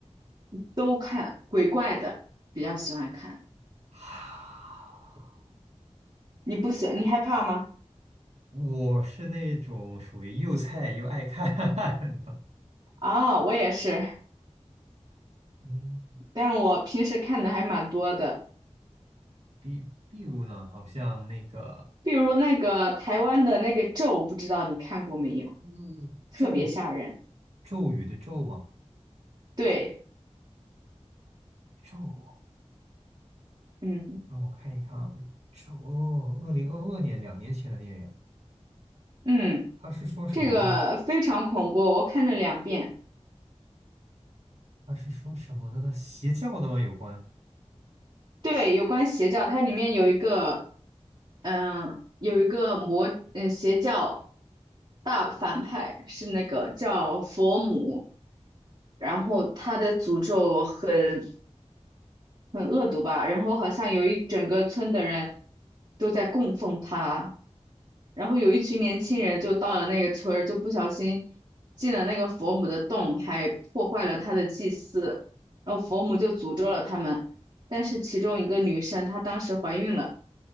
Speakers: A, on the right; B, on the right.
A: 都看，鬼怪的比较喜欢看。
B: <sighs> 啊
A: 你不喜，你害怕吗？
B: 我是那种属于又菜又爱看 <laughs> 的，
A: 啊、我也是，
B: 嗯，
A: 但是我平时看的还蛮多的，
B: 比比如呢，好像那个
A: 比如那个台湾的那个《咒》，不知道你看过没有？
B: 嗯咒
A: 特别吓人。
B: 咒语的咒嘛，
A: 对，
B: 咒，
A: 嗯
B: 让我看一看啊，咒哦，二零二二年两年前的电影，
A: 嗯，
B: 他是说什么的他
A: 这个非常恐怖，我看了两遍。
B: 是说什么的呢？邪教的吗？有关？
A: 对，有关邪教，它里面有一个，嗯，有一个魔，嗯，邪教大反派是那个叫佛母，然后他的诅咒很很恶毒吧。然后好像有一整个村的人都在供奉他，然后有一群年轻人就到了那个村儿，就不小心进了那个佛母的洞，还破坏了他的祭祀，然后佛母就诅咒了他们。但是其中一个女生她当时怀孕了，